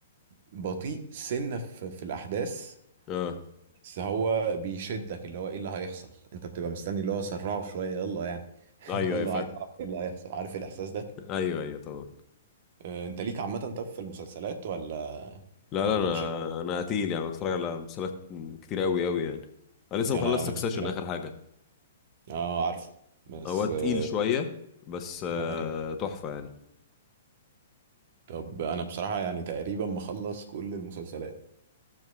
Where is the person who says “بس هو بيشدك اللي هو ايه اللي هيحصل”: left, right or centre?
Right